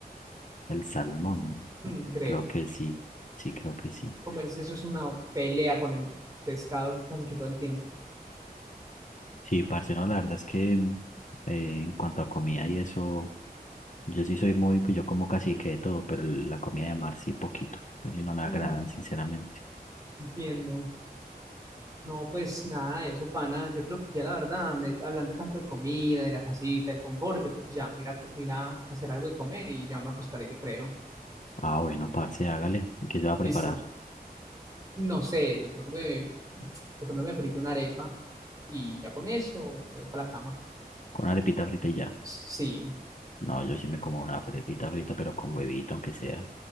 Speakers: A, on the left; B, on the right.
A: El salmón.
B: Mm, creo.
A: Creo que sí. Sí, creo que sí.
B: Comerse eso es una pelea con el pescado casi que todo el tiempo.
A: Sí, parce, no, la verdad es que mm, eh, en cuanto a comida y eso, yo sí soy muy, pues yo como casi que de todo, pero el- la comida de mar sí poquito. Casi no me agrada,
B: Mm,
A: sinceramente.
B: entiendo. No, pues nada, de eso, pana. Yo creo que ya la verdad, me- hablando tanto de comida, de la casita, del confort, yo creo que ya me irá, me irá a hacer algo de comer y ya me acostaré, yo creo.
A: Ah, bueno, parce, hágale. ¿Qué yo voy a preparar?
B: Listo. No sé, de pronto me, de pronto me frito una arepa y ya con eso voy para la cama.
A: Con una arepita frita y ya.
B: Sí.
A: No, yo sí me como una arepita frita, pero con huevito, aunque sea.